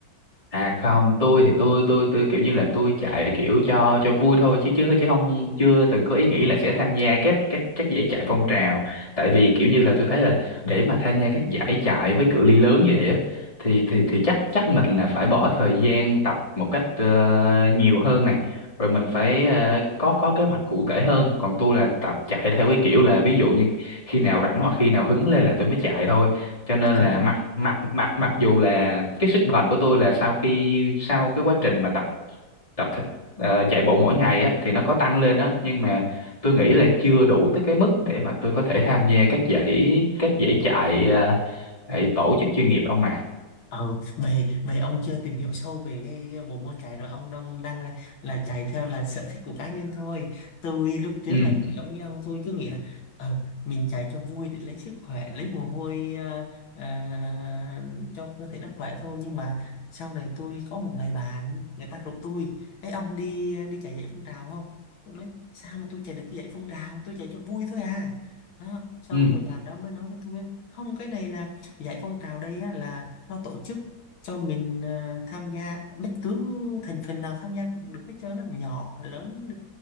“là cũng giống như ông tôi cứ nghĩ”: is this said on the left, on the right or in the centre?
Left